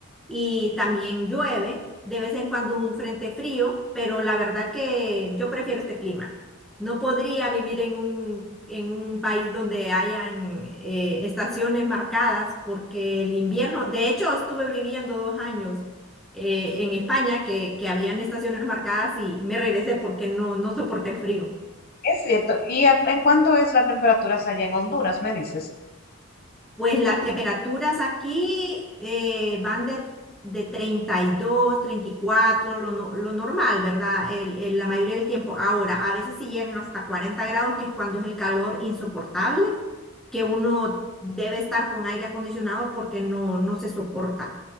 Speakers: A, in the centre; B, on the left (about 45°).
A: y también llueve, de vez en cuando un frente frío, pero la verdad que yo prefiero este clima. No podría vivir en un, en un país donde hayan eh, estaciones marcadas porque el invierno, de hecho estuve viviendo dos años eh, en España que, que habían estaciones marcadas y me regresé porque no, no soporté el frío.
B: Es cierto. ¿Y a- en cuánto es la temperatura allá en Honduras, me dices?
A: Pues las temperaturas aquí eh, van de, de 32, 34, lo, no- lo normal, ¿verdad? El- el- la mayoría del tiempo. Ahora, a veces sí llegan hasta 40 grados, que es cuando es el calor insoportable, que uno debe estar con aire acondicionado porque no, no se soporta.